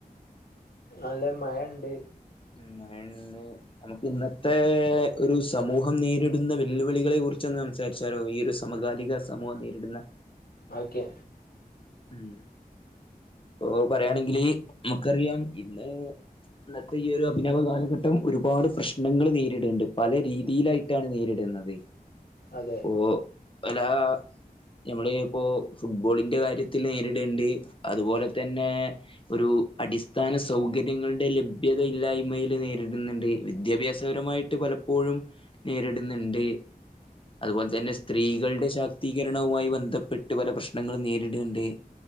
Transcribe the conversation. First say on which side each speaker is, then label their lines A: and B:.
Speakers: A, on the left (about 80°); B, on the left (about 35°).
A: നല്ലെ മയണ്ട്.
B: ഉം മഴണ്ട്. നമുക്ക് ഇന്നത്തെ ഒരു സമൂഹം നേരിടുന്ന വെല്ലുവിളികളെ കുറിച്ചൊന്ന് സംസാരി ച്ചാലോ ഈ ഒരു സമകാലിക സമൂഹം നേരിടുന്ന
A: ഓക്കെ
B: ഉം ഓഹ് പറയാണെങ്കില് നമുക്കറിയാം ഇന്ന് ഇന്നത്തെ ഈ ഒരു അഭിനവ കാലഘട്ടം ഒരുപാട് പ്രശ്നങ്ങള് നേരിട്ണ്ട് പല രീതിയിലായി ട്ടാണ് നേരിട്ന്നത്.
A: അതെ
B: ഓ അല്ലാ ഞമ്മള് പ്പോ ഫുട്ബോളിന്റെ കാര്യത്തില് നേരിട്ണ്ട് അതുപോലെ തന്നെ ഒരു അടിസ്ഥാന സൗകര്യങ്ങളുടെ ലഭ്യത ഇല്ലായ്മയില് നേരിട്ന്ന്ണ്ട്. വിദ്യാഭ്യാസപരമായി ട്ട് പലപ്പോഴും നേരിട്ന്ന്ണ്ട്. അതുപോലെ തന്നെ സ്ത്രീകൾടെ ശാക്തീകരണവുമായി ബന്ധപ്പെട്ട് പല പ്രശ്നങ്ങളും നേരീട്ണ്ട്.